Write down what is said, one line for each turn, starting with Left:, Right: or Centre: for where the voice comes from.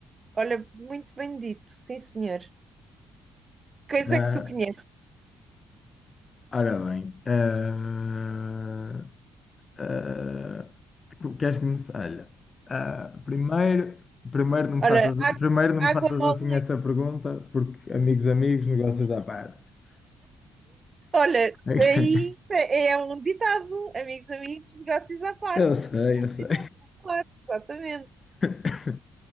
Right: Olha, muito bem dito, sim senhor. Coisa
Left: Ah,
Right: que tu conheces.
Left: ora bem. ah, ah, queres começar? Olha, ah, primeiro, primeiro não me
Right: Olha,
Left: faças,
Right: água,
Left: primeiro não
Right: água
Left: me faças
Right: mole,
Left: assim essa pergunta, porque amigos, amigos, negócios à parte. <laughs>
Right: Olha,
Left: Ok.
Right: aí é é um ditado, amigos, amigos, negócios à parte.
Left: Eu sei, eu sei.
Right: Ditado, claro, exatamente.
Left: <laughs>